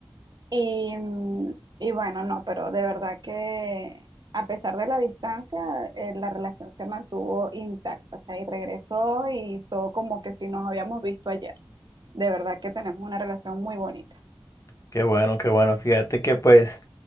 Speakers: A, on the right; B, on the left.
A: Y, mm, y bueno, no, pero de verdad que a pesar de la distancia, eh, la relación se mantuvo intacta, o sea, y regresó y todo como que si nos habíamos visto ayer. De verdad que tenemos una relación muy bonita.
B: qué bueno, qué bueno. Fíjate que pues